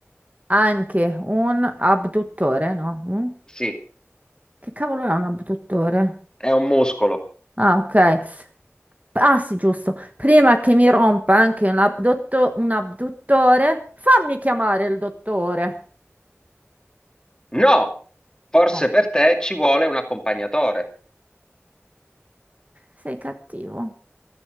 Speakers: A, on the right (about 35°); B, on the left (about 15°).
A: anche un abduttore, no? Un-
B: Sì,
A: Che cavolo è un abduttore?
B: è un muscolo.
A: Ah, ok. Ah sì, giusto. Prima che mi rompa anche un abdotto- un abduttore, fammi chiamare il dottore.
B: No, forse
A: No,
B: per te ci vuole un accompagnatore.
A: sei cattivo.